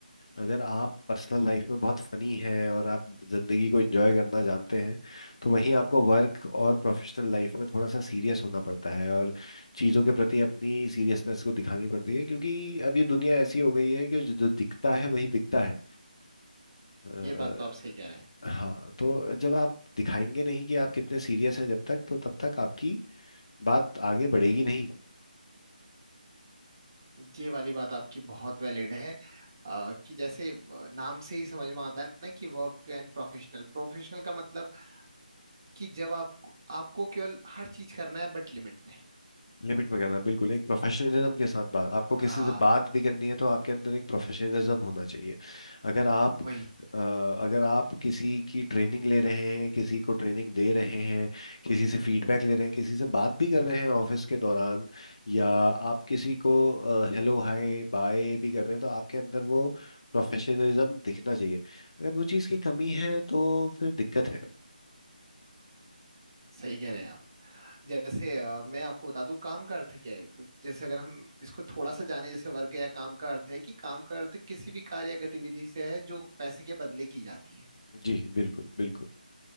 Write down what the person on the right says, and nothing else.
ये बात तो आप सही कह रहे हैं
ये वाली बात आपकी बहुत वैलिड है अ, कि जैसे अ, नाम से ही समझ में आता है ना कि वर्क एंड प्रोफेशनल प्रोफेशनल का मतलब कि जब आप आपको केवल हर चीज करना है बट लिमिट में
हाँ
वही
सही कह रहे हैं आप जैसे अ, मैं आपको बता दूं काम का अर्थ क्या है जैसे अगर हम इसको थोड़ा सा जाने जैसे वर्क या काम का अर्थ है कि काम का अर्थ किसी भी कार्य या गतिविधि से है जो पैसे के बदले की जाती है